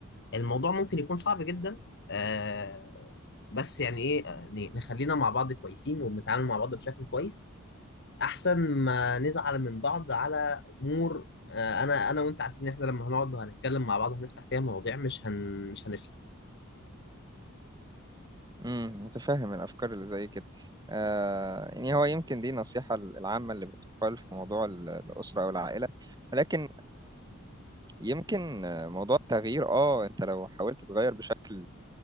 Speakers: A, on the left; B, on the right.
A: الموضوع ممكن يكون صعب جدا آه بس يعني ايه آه، ن- نخلينا مع بعض كويسين وبنتعامل مع بعض بشكل كويس احسن ما نزعل من بعض على امور آه، انا انا وانت عارفين ان احنا لما هنقعد وهنتكلم مع بعض وهنفتح فيها مواضيع مش هن مش هنسلم
B: امم متفهم الافكار اللي زي كده آه يعني هو يمكن دي النصيحه العامه اللي بتقال في موضوع ال- الاسره او العائله ولكن يمكن آه، موضوع التغيير اه انت لو حاولت تغير بشكل